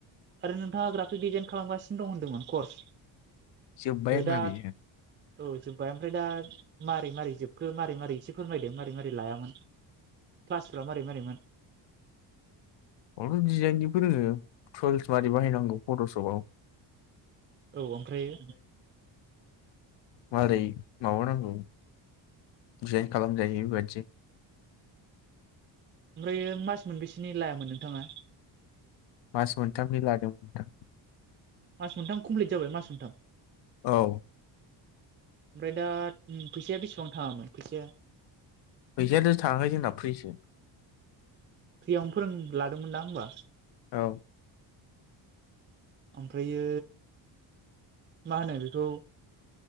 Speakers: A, on the right; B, on the left.
A: आरो नोंथाङा ग्राफिक डिजाइन खालामगासिनो दं होनदोंमोन कर्स
B: जोब्बाय आंना
A: दा
B: बेयो
A: औ जोब्बाय ओमफ्राय दा मारै मारै जोबखो मारै मारै एसे फोरमायदों मारै मारै लायामोन क्लासफाव मारै मारैमोन?
B: अल दिजाइनिबो रोङो टुल्सवाड बाहायनांगौ फट'शपाव
A: औ ओमफ्रायो
B: मारै माबा नांगौ जे खालामजायो बेबायदिजों।
A: ओमफ्रायो मास मोनबेसोनि लायामोन नोंथाङा?
B: मास मोनथा नि लादोंमोन नोंथां।
A: मास मोनथाम कमप्लिट जाबाय मास मोनथाम।
B: औ
A: ओमफ्राय दा फैसाया बेसेबां थाङामोन फैसाया?
B: फैसायाथ' थाङाखै जोंना फ्रिसो।
A: फ्रियावनो फोरों लादोंमोन दा होनबा।
B: औ
A: ओमफ्रायो मा होनो बेखौ